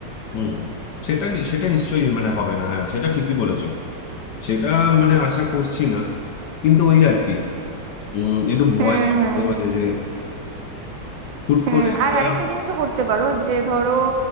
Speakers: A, on the left; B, on the right.
A: হুম সেটা নি- সেটা নিশ্চয়ই মানে হবে না হ্যাঁ সেটা ঠিকই বলেছো সেটা মানে আশা করছি না কিন্তু ওই আর কি উম একটু ভয়
B: হুম
A: পাই
B: হুম
A: মাঝে মাঝে যে হুট
B: হুম
A: করে একটা
B: আর আরেকটা জিনিসও করতে পারো যে ধরো